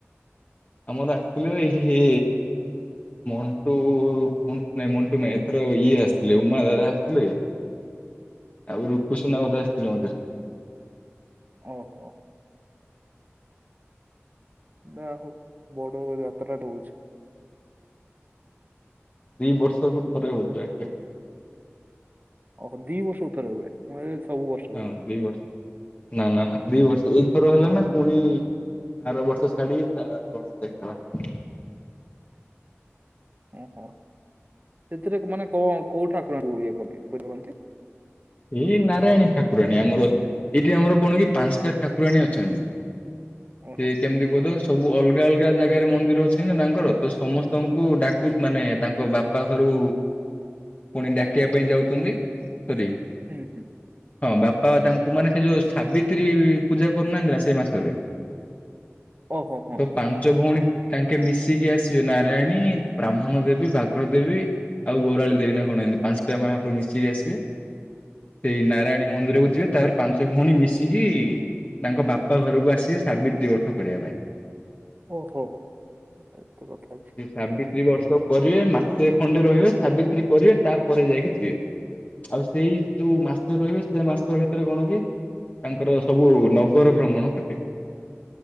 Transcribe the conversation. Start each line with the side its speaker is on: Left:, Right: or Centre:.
Left: ଆମର ଆସିଥିଲେ ଏଇଠି ହେ ମଣ୍ଟୁୁଁ ମଣ୍ଟୁ ନାାଇଁ ଏଥର ଇଏ ଆସିଥିଲେ ଉମା ଦାଦା ଆସିଥିଲେ।
Right: <inaudible>
Left: ଆଉ ରୂପ କୁସୁ ନା ବୋଧେ ଆସିଥିଲ ମଝିରେ?
Right: ଓହୋ। ଯା ହଉ ବଡଡ ଯାତ୍ରା ହଉଚି।
Left: ଦିଇ ବର୍ଷକୁ ଥରେ ହଉଛି ଏଠି।
Right: ଓ ହୋ ଦି ବର୍ଷ କୁ ଥରେ ହୁଏ? ସବୁ ବର୍ଷ
Left: ହଁ
Right: ହୁଏ।
Left: ଦି ବର୍ଷ ନା ନା ନା ଦି ବର୍ଷ ଏଇଥର ହେଲା ନା ପୁଣି ଆର ବର୍ଷ ଛାଡି ତା ଆର ବର୍ଷ ଯ ହେବ।
Right: ଓହୋ ସେଥିରେ ମାନେ କଣ କୋଉ ଠାକୁରଙ୍କୁ ଇଏ କରନ୍ତି ପୁଜା କରନ୍ତି?
Left: ଏଇ ନାରାୟଣୀ ଠାକୁରାଣୀ ଆମର ଏଇଠି ଆମର କଣ କି ପାଞ୍ଚଟା ଠାକୁରାଣୀ ଅଛନ୍ତି। ସେ
Right: ଓହୋ
Left: କେମିତି କୁହତ ସବୁ ଅଲଗା ଅଲଗା ଲଗା ଜାଗାରେ ମନ୍ଦିର ଅଛି ନା ମାଆ ଙ୍କର ତ ସମସ୍ତଙ୍କୁ ଡାକୁ ମାନେ ତାଙ୍କ ବାପା ଘରୁ ପୁଣି ଡାକିବା ପାଇଁ ଯାଉ ଚନ୍ତି ପୁରୀ
Right: ହୁଁ ହୁଁ
Left: ହଁ ବାପା ତାଙ୍କୁ କୁମାର ସେ ଯୋଉ ସାବିତ୍ରୀ ପୂଜା କରୁନାହାନ୍ତି ନା ସେଇ ମାସରେ
Right: ଓହୋ ହଁ
Left: ତ ପାଞ୍ଚ ଭଉଣୀ ତାଙ୍କେ ମିଶିକି ଆସିବେ ନାରାୟଣୀ ବ୍ରାହ୍ମଣ ଦେବୀ ବାଘ୍ର ଦେବୀ ଆଉ ବରାଳି ଦେବି ନା କଣ ଏ ମତି ପାଞ୍ଚଟା ମାହପୁରୁ ମିଶିକି ଆସିବେ। ସେଇ ନାରାୟଣୀ ମନ୍ଦିରକୁ ଯିବେ ତାପରେ ପାଞ୍ଚ ଭଉଣୀ ମିଶିକି ତାଙ୍କ ବାପା ଘରକୁ ଆସିି ସାବିତ୍ରୀ ବର୍ଷ କରିବା ପାଇଁ
Right: ଓହୋ ଏତ କଥା ଅଛି।
Left: ସେ ସାବିତ୍ରୀ ବର୍ଷ କରିବେ ମାସେ ଖଣ୍ଡେ ରହିବେ ସାବିତ୍ରୀ କରିବେ ତାପରେ ଯାଇକି ଯିବେ ଆଉ। ସେଇ ଯୋଉ ମାସ ରହିବେ ସେ ମାସ ଭିତରେ କଣ କି? ତାଙ୍କର ସବୁ ନଗର ଭ୍ରମଣ କଲେ